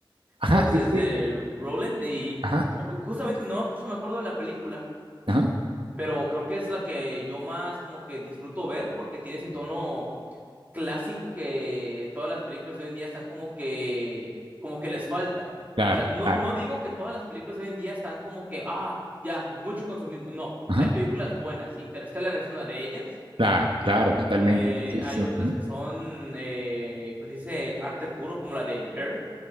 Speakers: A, on the right; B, on the right.
A: Ajá,
B: entonces
A: es
B: es
A: que,
B: de Rolling, y
A: ajá,
B: ju- justamente nomás por eso me acuerdo de la película
A: ajá.
B: pero creo que es la que yo más como que disfruto ver porque tiene ese tono clásico que todas las películas de hoy en día están como que, como que les falta.
A: Claro,
B: O sea, no,
A: claro.
B: no digo que todas las películas de hoy en día están como que, ah, ya, es mucho consumismo. No,
A: Ajá.
B: hay películas buenas. Interstellar es una de ellas.
A: Claro, claro, totalmente.
B: Eh,
A: Sí, sí,
B: hay otras
A: sí. ujú,
B: que son, eh, ¿cómo se dice? Arte puro, como la de Her,